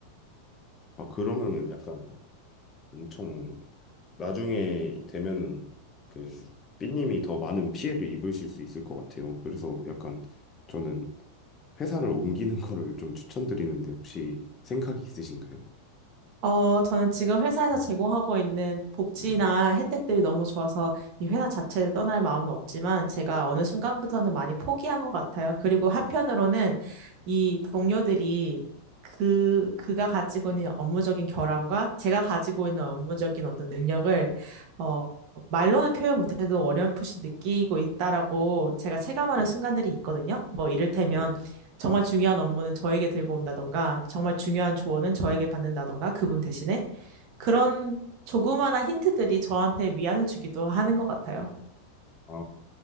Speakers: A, on the left; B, on the right.
A: 아, 그러면은 약간 엄청 나중에 되면은 그 삐님이 더 많은 피해를 입으실 수 있을 것 같아요. 그래서 약간 저는 회사를 옮기는 거를 좀 추천드리는데 혹시 생각이 있으신가요?
B: 어, 저는 지금 회사에서
A: 음,
B: 제공하고 있는 복지나
A: 음,
B: 혜택들이 너무 좋아서 이 회사 자체를 떠날 마음은 없지만 제가 어느 순간부터는 많이 포기한 것 같아요. 그리고 한편으로는 이 동료들이 그, 그가 가지고 있는 업무적인 결함과 제가 가지고 있는 업무적인 어떤 능력을, 어, 말로는 표현 못해도 어렴풋이 느끼고 있다라고 제가 체감하는
A: 네,
B: 순간들이 있거든요. 뭐 이를테면
A: 네.
B: 정말 중요한 업무는 저에게 들고 온다던가, 정말 중요한 조언은 저에게 받는다던가, 그분 대신에 그런 조그마한 힌트들이 저한테 위안을 주기도 하는 것 같아요.
A: 아,